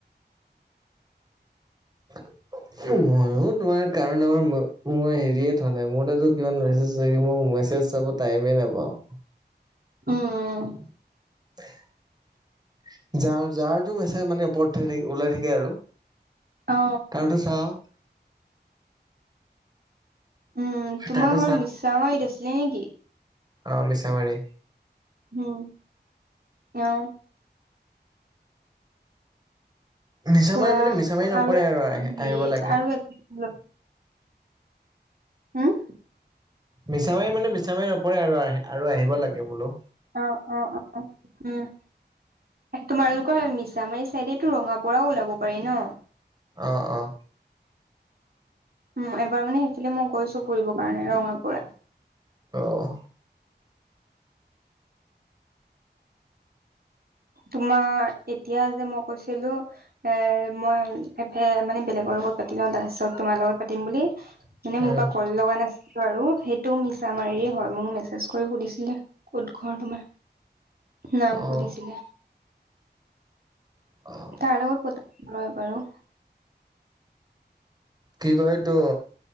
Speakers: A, on the right; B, on the right.
A: <inaudible> মইয়ো তোমাৰ কাৰণ আমাৰ ম মই হেৰিয়ে থোৱা নাই, মোৰ তাতো কিমান মেছেজ হেৰি মই মেছেজ চাব টাইমে নাপাওঁ।
B: অঁ, অঁ
A: <unintelligible> যা যাৰটো মেছেজ মানে ওপৰত থা থা ওলাই থাকে আৰু।
B: অঁ।
A: তাৰটো চাওঁ।
B: উম তোমাৰ
A: তাৰতো
B: ঘৰ মিছা মাৰিত আছিলে নেকি?
A: অঁ, মিছামাৰি।
B: হুম অঁ।
A: মিছামাৰী
B: কোৱা
A: মানে মিছামাৰী নপৰে
B: আৰু <unintelligible>
A: আহে আহিব
B: এই
A: লাগে
B: আৰু <unintelligible> হুম।
A: মিছামাৰি মানে মিছামাৰি নপৰে আৰু আহ আৰু আহিব লাগে বোলো।
B: অঁ, অঁ, অঁ উম। তোমালোকৰ মিছামাৰী চাইডেটো ৰঙাপৰাও ওলাব পাৰি ন?
A: অঁ, অঁ।
B: উম এবাৰ মানে সেইফালে মই গৈছো ফুৰিব কাৰণে ৰঙাপৰা।
A: অহ।
B: তোমাৰ, এতিয়া যে মই কৈছিলো। এ মই এফে মানে বেলেগৰ লগত পাতি লওঁ তাৰপিছত তোমাৰ লগত পাতিম বুলি। মানে
A: উম
B: মোৰ পৰা কল লগা নাছ বাৰু সেইটো মিছা মাৰিৰে হয়। মোক মেছেজ কৰি সুধিছিলে ক'ত ঘৰ তোমাৰ?
A: <inaudible>
B: নাম
A: অ
B: সুধিছিলে।
A: অ <unintelligible>
B: তাৰ লগত পতা ৰয় বাৰু।
A: কি কয় তো